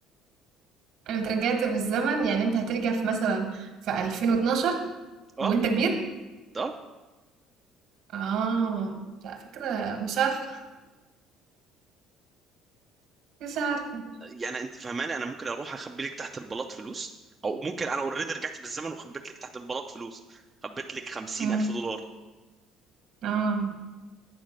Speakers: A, on the right; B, on the right.
A: أنت رجعت في الزمن يعني أنت هترجع في مثلا في 2012
B: اه
A: وأنت كبير
B: ده
A: آه لا فكرة مش عارفة مش عارفة
B: يعني انت فهماني انا ممكن اروح اخبي لك تحت البلاط فلوس او ممكن انا اوريدي رجعت بالزمن وخبيت لك تحت البلاط فلوس خبيت لك 50
A: مم.
B: الف دولار
A: آه